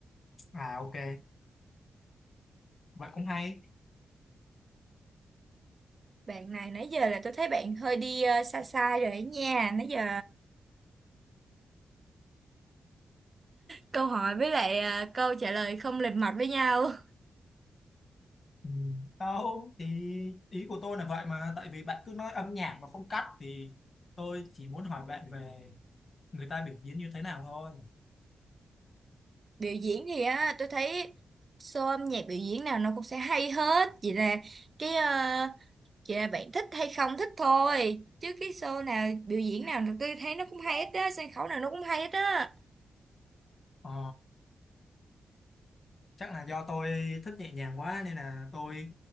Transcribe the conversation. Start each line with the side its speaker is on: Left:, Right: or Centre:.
Left: à ok vậy cũng hay
Right: bạn này nãy giờ là tôi thấy bạn hơi đi ờ, sai sai rồi đấy nha nãy giờ câu hỏi với lại ờ, câu trả lời không lệch mạch với nhau
Left: ừ. đâu thì ý của tôi là vậy mà tại vì bạn cứ nói âm nhạc mà không cắt thì tôi chỉ muốn hỏi bạn về người ta biểu diễn như thế nào thôi
Right: <laughs> biểu diễn thì á tôi thấy show âm nhạc biểu diễn nào nó cũng sẽ hay hết chỉ là cái ờ, chỉ là bạn thích hay không thích thôi chứ cái show nào biểu diễn nào tôi thấy nó cũng hay hết á sân khấu nào nó cũng hay hết á
Left: ờ chắc là do tôi thích nhẹ nhàng quá nên là tôi